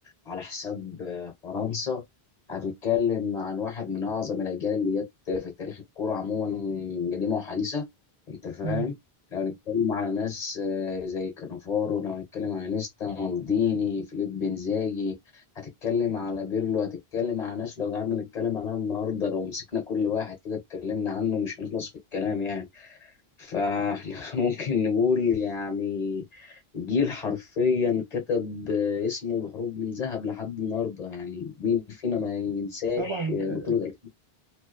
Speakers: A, on the left; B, on the right.
A: على حساب آه، فرنسا هتتكلم عن واحد من أعظم الأجيال اللي جت في تاريخ الكرة عموما قديمة وحديثة أنت فاهم؟
B: مم.
A: لو هنتكلم على ناس آه، زي كانافارو لو هنتكلم على نيستا مالديني فيليب بنزاجي هتتكلم على بيرلو هتتكلم على ناس لو قعدنا نتكلم عنها النهاردة لو مسكنا كل واحد كده اتكلمنا عنه مش هنخلص في الكلام يعني. فاحنا <laughs> ممكن نقول يعني جيل حرفيا كتب اسمه بحروف من ذهب لحد النهارده يعني مين فينا ما ينساش
B: طبعا آه،
A: بطولة 2000